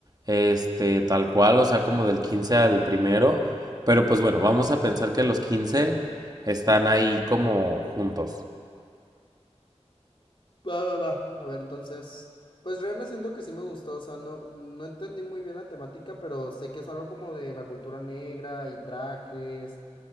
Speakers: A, on the right; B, on the left.
A: este, tal cual, o sea, como del 15 al primero, pero pues bueno, vamos a pensar que los 15 están ahí como juntos.
B: Va, va, va. A ver, entonces. Pues Rihanna siento que sí me gustó. O sea, no, no entendí muy bien la temática, pero sé que es algo como de la cultura negra y trajes